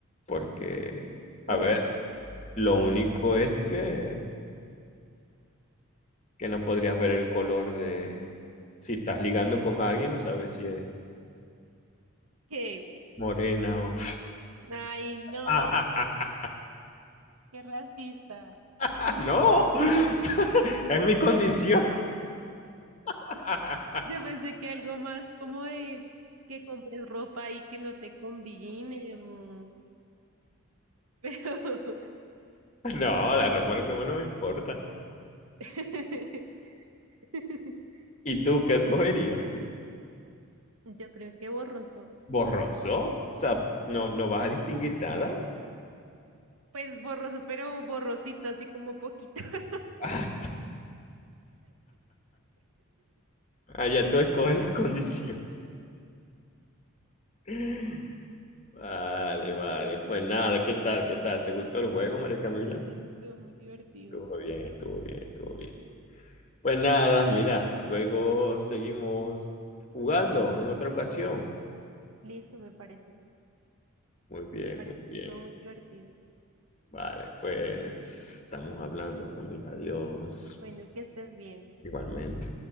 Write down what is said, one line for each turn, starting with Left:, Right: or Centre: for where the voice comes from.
Left: porque, a
Right: Uy,
Left: ver, lo único es que, que no podrías ver el color de, si estás ligando con alguien, no sabes si es
Right: ¿qué?
Left: morena o...
Right: Ay, no,
Left: <laughs>
Right: qué racista.
Left: Ah, No, <laughs> es mi condición. <laughs>
Right: Yo pensé que algo más como de que compres ropa y que no te combine, o- pero...
Left: No, la ropa como no me importa.
Right: <laughs> <laughs>
Left: ¿Y tú qué escogerías tú?
Right: Yo creo que borroso.
Left: ¿Borroso? O sea, no, no vas a distinguir nada.
Right: Pues borroso, pero borrosito, así como poquito. <laughs>
Left: Ah, <laughs> Allá tú escoges las condiciones. <laughs> Vale, vale. Pues nada, ¿qué tal? ¿Qué tal? ¿Te gustó el juego, María Camila?
Right: Sí, estuvo muy divertido.
Left: Estuvo bien, estuvo bien, estuvo bien. Pues nada, mira, luego seguimos jugando en otra ocasión.
Right: Listo, me parece.
Left: Muy bien,
Right: Me parece
Left: muy bien.
Right: que estuvo muy divertido.
Left: Vale, pues estamos hablando, Camila. Adiós.
Right: Bueno, que estés bien.
Left: Igualmente.